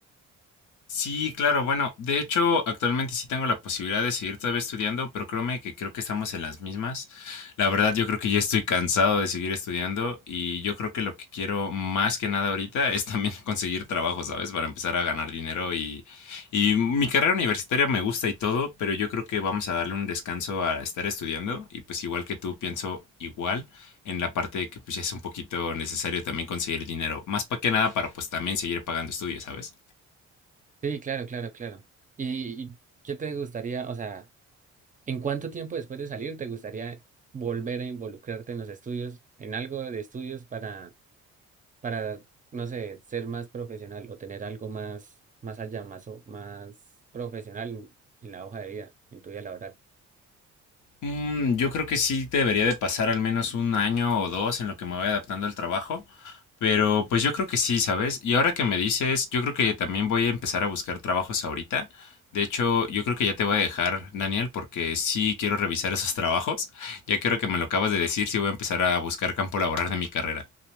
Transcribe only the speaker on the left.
Sí, claro, bueno, de hecho actualmente sí tengo la posibilidad de seguir todavía estudiando, pero créeme que creo que estamos en las mismas. La verdad yo creo que ya estoy cansado de seguir estudiando y yo creo que lo que quiero más que nada ahorita es también <laughs> conseguir trabajo, ¿sabes? Para empezar a ganar dinero y, y mi carrera universitaria me gusta y todo, pero yo creo que vamos a darle un descanso a estar estudiando y pues igual que tú pienso igual en la parte de que pues ya es un poquito necesario también conseguir dinero, más para que nada para pues también seguir pagando estudios, ¿sabes?
Mm, yo creo que sí debería de pasar al menos un año o dos en lo que me voy adaptando al trabajo. Pero pues yo creo que sí, ¿sabes? Y ahora que me dices, yo creo que también voy a empezar a buscar trabajos ahorita. De hecho, yo creo que ya te voy a dejar, Daniel, porque sí quiero revisar <laughs> esos trabajos. Ya quiero que me lo acabas de decir, sí voy a empezar a buscar campo laboral de mi carrera.